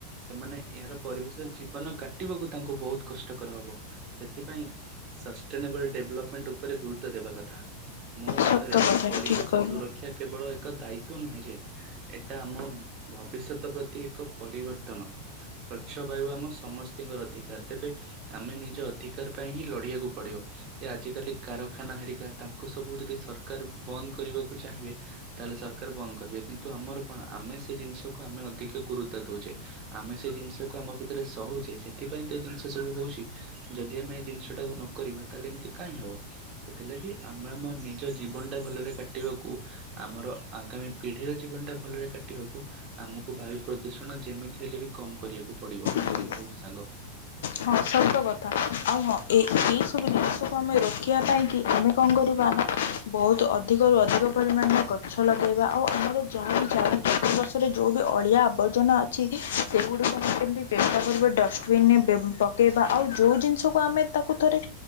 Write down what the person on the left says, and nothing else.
ସତ କଥା
ଠିକ୍ କହିଲୁ।
ପଡ଼ିବ।
ହଁ ସତକଥା ଆଉ ହଁ ଏ ଏହିସବୁ ଜିନିଷକୁ ଆମେ ରୋକିବା ପାଇଁକି। ଆମେ କଣ କରିବା ନା ଆମେ ବହୁତ ଅଧିକରୁ ଅଧିକ ପରିମାଣରେ ଗଛ ଲଗାଇବା। ଆଉ ଆମର ଯାହା ବି ଚାରି ଚାରି ପାର୍ଶ୍ୱରେ ଯୋଉ ବି ଅଳିଆ ଆବର୍ଜନା ଅଛି। ସେଗୁଡ଼ିକୁ ଆମେ କେମିତି ଚେଷ୍ଟା କରିବା ଡଷ୍ଟବିନେ ବେ ପ ପକେଇବା ଆଉ ଯୋଉ ଜିନିଷକୁ ଆମେ ତାକୁ ଥରେ